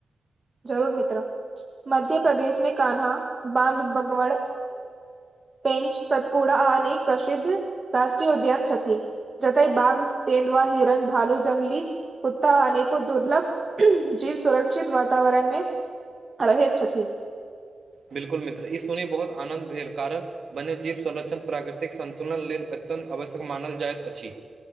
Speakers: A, on the right (about 25°); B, on the right (about 45°).
A: जरूर मित्र! मध्य प्रदेश मे कानहा, <inaudible> बांध बगवड़ पेंच सतपुरा आ अनेक प्रसिद्ध राष्ट्रीय उद्यान छथि। जतय बाघ, तेंदूआ, हिरण, भालू, जंगली कुत्ता आ अनेको दुर्लभ जीव सुरक्षित वा <inaudible> वातावरण मे रहेत छथि।
B: बिलकुल मित्र! ई सुनी बहुत आनन्द भेल, कारण वन्यजीव, संरक्षण प्राकृतिक संन्तुलन लेल अत्यन्त आवश्यक मानल जाइत अछि।